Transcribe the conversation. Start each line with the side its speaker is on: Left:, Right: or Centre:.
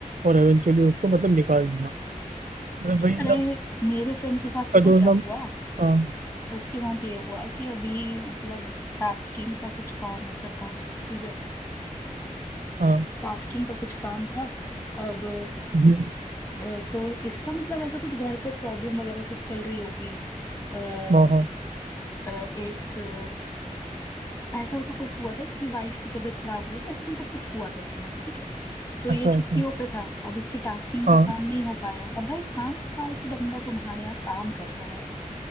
Right: और एवेंचुअली उसको मतलब निकाल दिया मतलब वही है
Left: अरे
Right: ना
Left: मेरे फ्रेंड के साथ
Right: का
Left: पता
Right: जो है
Left: क्या
Right: ना
Left: हुआ
Right: हाँ
Left: उसके साथ ये हुआ कि अभी मतलब टास्किंग का कुछ काम ऐसा था ठीक है
Right: हाँ
Left: टास्किंग का कुछ काम था अब
Right: हम्म,
Left: अ, तो इसका मतलब ऐसा कुछ घर पे प्रॉब्लम वगैरह कुछ चल रही होगी अ, अ,
Right: हाँ हाँ,
Left: एक अ, ऐसा तो कुछ हुआ था इसकी वाइफ की तबीयत खराब हुई थी ऐसा मतलब कुछ हुआ था इसके साथ ठीक है तो
Right: अच्छा
Left: ये छुट्टियों
Right: अच्छा
Left: पे था अब उसकी टास्किंग
Right: हाँ
Left: का काम नहीं हो पाया अब भाई पांच साल से बंदा तुम्हारे यहाँ काम कर रहा है